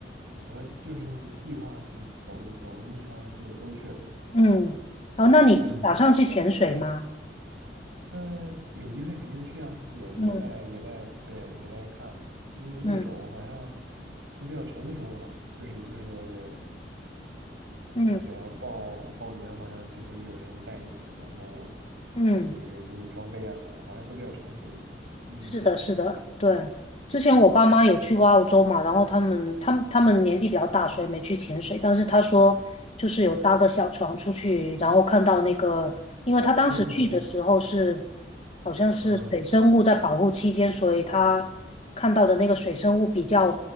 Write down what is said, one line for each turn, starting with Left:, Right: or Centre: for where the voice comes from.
Right: 我就是计划就走一走一圈儿就都去了。
Left: 嗯，哦，那你打算去潜水吗？
Right: 嗯。呃，有机会肯定去啊，也也在也在对也在看，
Left: 嗯
Right: 因为那种好像
Left: 嗯
Right: 都比较成熟了嘛，就是就是你只要报报名，
Left: 嗯
Right: 好像就会有人带你，然后
Left: 嗯，
Right: 这个这个这个给你装备啊什么的，好像都比较成熟了已经。嗯，
Left: 是的，是的，对。之前我爸妈有去过澳洲嘛，然后他们他们他们年纪比较大，所以没去潜水。但是他说，就是有搭个小船出去，然后看到那个，因为他当时去的时候是
Right: <laughs>
Left: 好像是水生物在保护期间，
Right: 嗯
Left: 所以他看到的那个水生物比较